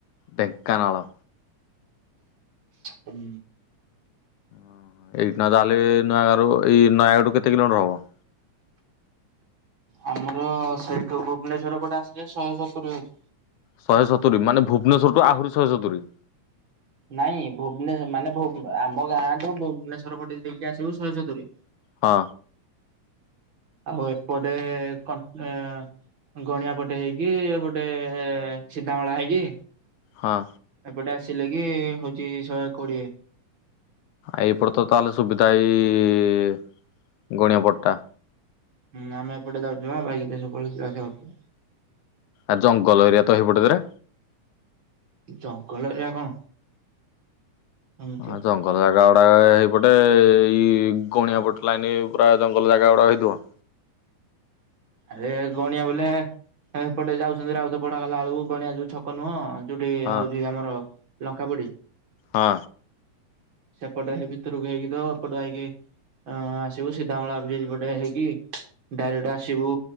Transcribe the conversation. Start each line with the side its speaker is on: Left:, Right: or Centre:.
Left: ଢେଙ୍କାନାଳ।
Right: ଉଁ।
Left: ଓହୋ ଏଇଠି ନ ତାହେଲେ ନୁଆଗାଁରୁ ଏଇ ନୟାଗଡରୁ କେତେ କିଲୋମିଟର ହବ? <inaudible>
Right: ଆମର ସେଇଠୁ ଭୁବନେଶ୍ଵର ପଟେ ଆସିଲେ ଶହେ ସତୁରି ହଉଚି।
Left: ଶହେ ସତୁୁରୀ, ମାନେ ଭୁବନେଶ୍ଵରଠୁ ଆହୁରି ଶହେ ସତୁରୀ।
Right: ନାଇଁ ଭୁବନେଶ ମାନେ ଆମ ଗାଁଠୁ ଭୁବନେଶ୍ଵର ପଟେ ଦେଇକି ଆସିବୁ ଶହେ ସତୁରୀ।
Left: ହଁ।
Right: ଆଉ ଏପଟେ <unintelligible> ଏ ଗଣିଆ ପଟେ ହେଇକି ଏପଟେ ସିଧାମଳା ହେଇକି
Left: ହଁ
Right: ଏପଟେ ଆସିଲେ କି ହଉଛି ଶହେ କୋଡିଏ।
Left: ଏଇପଟ ତ ତାହେଲେ ସୁବିଧା ଏଇ ଗଣିଆ ପଟା।
Right: ହୁଁ ଆମେ ଏପଟେ ଯାଉଛୁ ବା ବାଇକ ଧରିକି ସବୁବେଳେ ଯିବା ଆସିବା କରୁଚୁ।
Left: ଆ ଜଙ୍ଗଲ ଏରିଆ ତ ହେଇ ପଟକରେ।
Right: ଜଙ୍ଗଲ ଏରିଆ କଣ। ଏମିତି
Left: ହଁ
Right: ଆଉ
Left: ଜଙ୍ଗଲ ଜାଗା ବା ହେଇପଟେ ଏଇ ଗଣିଆ ପଟ ଲାଇନ ପୁରା ଜଙ୍ଗଲ ଜାଗା ଗୁଡା ହେଇଥିବ। <inaudible>
Right: ଆରେ ଗଣିଆ ବୋଲେ ଏପଟେ ଯାଉଛନ୍ତି, ରାଉତ ପଡା ଗଲ ବେଳକୁ ଗଣିଆ ଯୋଉ ଛକ ନୁହଁ। ଯୋଉଠି
Left: ହଁ
Right: ହଉଛି ଆମର ଲଙ୍କାପୋଡି।
Left: ହଁ।
Right: ସେପଟ ସେଇ ଭିତରକୁ ହେଇକି ତ ଏପଟ ଆଇକି ଅ ଆସିବୁ ସିଧାମଲା ବ୍ରିଜ୍ ପଟେ ହେଇକି ଡାଇରେକ୍ଟ ଆ ସିବୁ